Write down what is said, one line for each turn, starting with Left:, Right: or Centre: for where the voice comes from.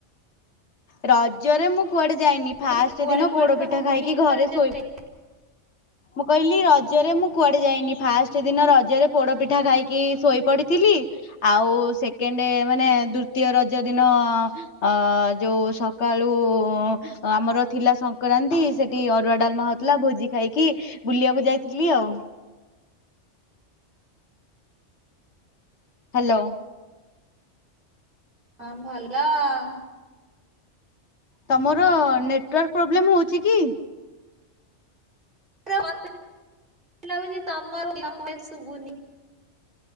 Left: ରଜରେ ମୁଁ କୁଆଡେ ଯାଇନି
Right: କହିଲି
Left: ଫାଷ୍ଟେ
Right: କୁଆଡେ
Left: ଦିନ
Right: କୁଆଡେ
Left: ପୋଡ
Right: ସବୁ
Left: ପିଠା ଖାଇକି
Right: ବୁଲିଛ
Left: ଘରେ
Right: ରଜରେ
Left: ଶୋଇ ମୁଁ କହିଲି ରଜରେ ମୁଁ କୁଆଡେ ଯାଇନି ଫାଷ୍ଟ ଦିନ ରଜରେ ପୋଡ ପିଠା ଖାଇକି ଶୋଇ ପଡିଥିଲି। ଆଉ ସେକେଣ୍ଡ ମାନେ ଦୂତୀୟ ରଜ ଦିନ ଅ ଯୋଉ ସକାଳୁ ଆମର ଥିଲା ସଂକ୍ରାନ୍ତି ସେଠି ଅରୁଆ ଡାଲମା ହଉଥିଲା ଭୋଜି ଖାଇକି ବୁଲିଆକୁ ଯାଇଥିଲି ଆଉ। ହାଲୋ।
Right: ହଁ ଭଲ ଆଉ।
Left: ତମର ନେଟୱାର୍କ ପ୍ରୋବେଲେମ ହଉଚି କି?
Right: ମତେ ଲାଗୁଚି ତମର <unintelligible> ତମ ଭଏସ ଶୁଭୁନି।